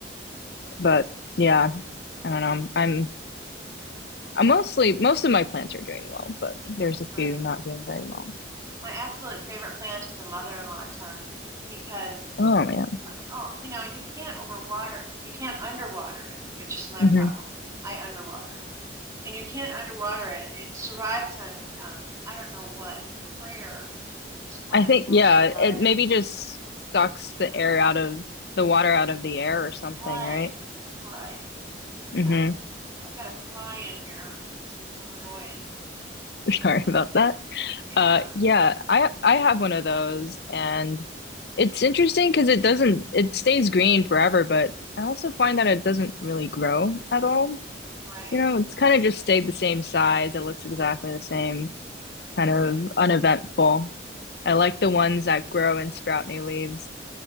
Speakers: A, on the left; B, on the right.
A: But yeah, I don't know. I'm, I'm mostly, most of my plants are doing well, but there's a
B: right.
A: few not doing very well.
B: My absolute favorite plant is a mother-in-law tongue because
A: Oh man.
B: oh, you know, you can't overwater. You can't underwater it, which is my
A: Mhm.
B: problem. I underwater. and you can't underwater it. It survives on, um, I don't know what, a prayer. This plant
A: I think,
B: will
A: yeah,
B: survive
A: it maybe
B: anything.
A: just sucks the air out of the water out of the air or something,
B: Right,
A: right?
B: right.
A: Mm-hmm.
B: Yeah. I've got a fly in here. I'm, so- I'm annoyed.
A: <laughs> Sorry
B: <laughs>
A: about that.
B: yeah,
A: Uh, yeah, I I have one of those, and it's interesting because it doesn't it stays green forever, but I also find that it doesn't really grow at all.
B: right,
A: You know, it's kind of just stayed the same size. It looks exactly the same, kind
B: right.
A: of uneventful. I like the ones that grow and sprout new leaves.